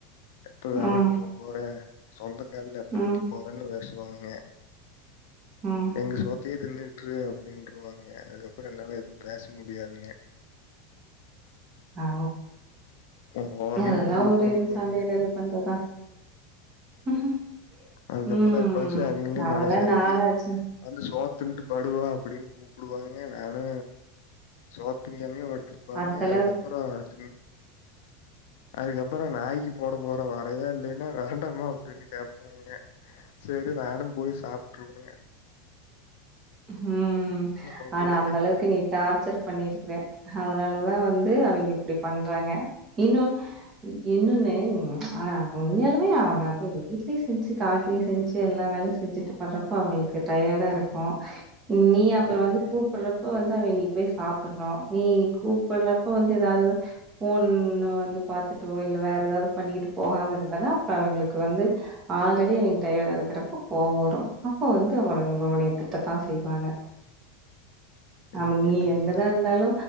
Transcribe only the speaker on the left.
எப்ப வேலைக்கு
போப்போற சொந்தக் ஏன்டா அப்புளிக்கு
போறன்னுவே சொல்லுவாங்க
எங்க சொ அப்டியே தின்னுட்டுரு அப்டின்டு சொல்லுவாங்க அதுக்கப்புற என்னால எதுவு பேச முடியாதுங்க
ஒரு ஓரமா
போய் உட்காந்துக்குவனுங்க.
அதுக்கப்பற
எப்பாச்சு அவிங்களே
மனசெறங்கி
வந்து சோத் திண்ட்டு படு வா அப்டின்னு கூப்புடுவாங்க நானு சோத் திங்காமயே படுத்துருப்பாங்க
அதுக்கப்பறோ திங் அதுக்கப்பறோ நாய்க்கு போட போற வரயா இல்லைன்னா வேண்டாமா அப்டின்னு கேப் ங்க செரி நானு போய் சாப்ட்டுருவங்க
பண்றதுங்க?
ஆமாங்க.
என்ன
பண்றதுங்க?